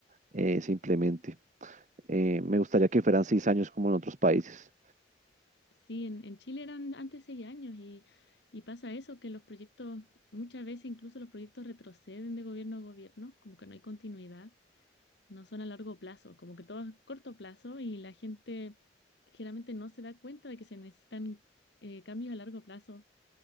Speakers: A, on the right; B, on the left.
A: eh, se implemente. Eh, me gustaría que fueran seis años como en otros países.
B: Sí, en, en Chile eran antes seis años y, y pasa eso, que los proyectos, muchas veces incluso los proyectos retroceden de gobierno a gobierno, como que no hay continuidad, no son a largo plazo, como que todo es corto plazo y la gente generalmente no se da cuenta de que se necesitan eh, cambios a largo plazo,